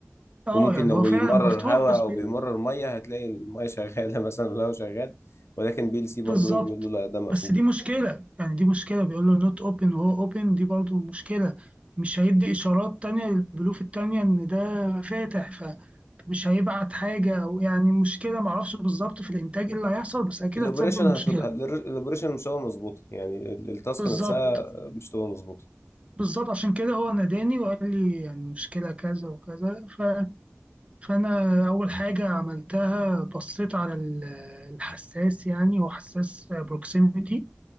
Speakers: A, on the right; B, on the left.
A: اه
B: وممكن
A: يعني
B: لو
A: هو
B: بيمرر
A: فعلا مفتوح
B: هواء
A: بس
B: او
A: بي...
B: بيمرر ميه هتلاقي الميه شغاله <laughs> مثلا والهواء شغال ولكن بي ال سي برضه
A: بالظبط
B: ايه بيقول له لا ده مقفول
A: بس دي مشكلة يعني دي مشكلة بيقول له نوت اوبن وهو اوبن دي برضو مشكلة مش هيدي إشارات تانية للبلوف التانية إن ده فاتح ف- فمش هيبعت حاجة أو يعني مشكلة معرفش بالظبط في الإنتاج إيه اللي هيحصل بس أكيد
B: الاوبريشن
A: هتسبب مشكلة
B: هتض... الاوبريشن مش هو مظبوطه يعني ال- التاسك
A: بالظبط
B: نفسها مش هو مظبوطه
A: بالظبط عشان كده هو ناداني وقال لي يعني مشكلة كذا وكذا ف... فأنا أول حاجة عملتها بصيت على ال- الحساس يعني هو حساس بروكسيميتي